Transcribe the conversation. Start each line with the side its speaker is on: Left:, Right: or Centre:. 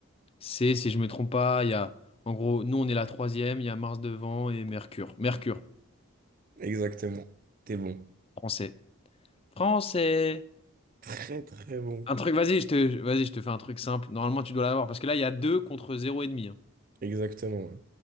Left: C'est, si je me trompe pas, il y a, en gros, nous on est la troisième, il y a Mars devant et Mercure. Mercure,
Right: Exactement. T'es bon.
Left: français. Français!
Right: Très, très bon.
Left: Un truc, vas-y, je te, vas-y, je te fais un truc simple. Normalement, tu dois l'avoir parce que là, il y a deux contre zéro et demi. hein.
Right: Exactement, ouais.